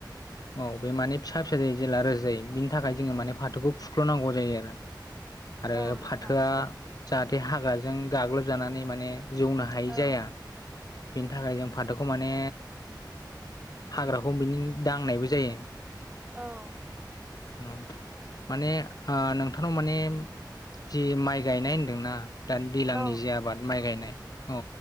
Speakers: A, on the left; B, on the right.
A: औ बे माने फिसा फिसा जायो जेला रोजायो बिनि थाखाय जोङो माने फाथोखौ फुख्ल'नांगौ जायो आरो आरो
B: औ नोंथां
A: फाथोआ जाहाथे हाग्राजों गाग्लोबजानानै माने जौनो हायि
B: औ
A: जाया बेनि थाखाय जों फाथोखौ माने हाग्राखौ बिनि दांनायबो ज जायो
B: औ
A: उम माने ओ नोंथांनाव मानेम जि माइ गायनाय होन्दोंना दान दैलांनि
B: औ
A: जे आबाद माइ गायनाय औ